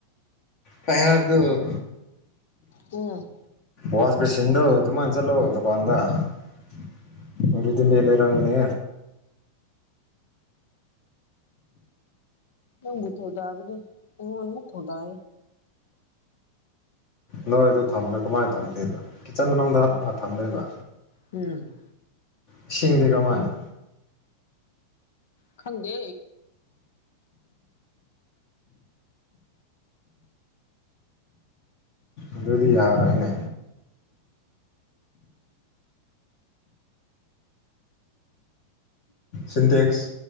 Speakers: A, on the left; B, on the left.
A: ꯄꯥꯏꯔꯗ
B: ꯎꯝ
A: ꯋꯥꯁ ꯦꯁꯤꯟꯗꯗꯨ ꯃꯥꯥꯟ ꯆꯂꯣꯗꯨ ꯐꯥꯟꯗꯔꯗꯤ ꯃ ꯂꯩ ꯪꯅꯦ
B: ꯅ ꯃꯊ ꯗꯒꯅꯤ ꯍ ꯃꯊꯣꯗꯏ
A: ꯅꯣꯏ ꯑꯗꯨ ꯊꯝꯃꯒ ꯀꯃꯥꯏꯅ ꯊꯝꯗꯣꯏꯦꯕ ꯀꯤꯠꯆꯟ ꯃꯅꯨꯡꯗ ꯉ ꯊꯝꯗꯣꯏꯕ
B: ꯎꯝ
A: ꯁꯤꯁꯤꯡꯗꯤ ꯔꯃꯥꯏꯅ
B: ꯈꯟꯗ
A: ꯑꯗꯨꯗꯤ ꯌꯥꯔꯣꯏꯅꯦ ꯁꯤꯟꯇꯦꯛꯁ